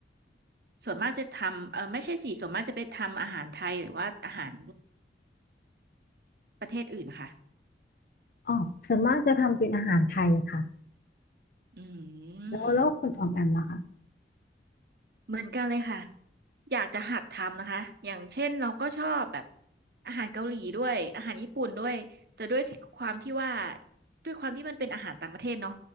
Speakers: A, on the right; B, on the left.
A: ส่วนมากจะทำเออไม่ใช่สิส่วนมากจะเป็นทำอาหารไทยหรือว่าอาหารประเทศอื่นค่ะ
B: อ๋อส่วนมากจะทำเป็นอาหารไทยค่ะ
A: อืม
B: แล้วแล้วคุณออมแอมล่ะคะ
A: เหมือนกันเลยค่ะอยากจะหัดทำนะคะอย่างเช่นเราก็ชอบแบบอาหารเกาหลีด้วยอาหารญี่ปุ่นด้วยแต่ด้วยความที่ว่าด้วยความที่มันเป็นอาหารต่างประเทศเนาะ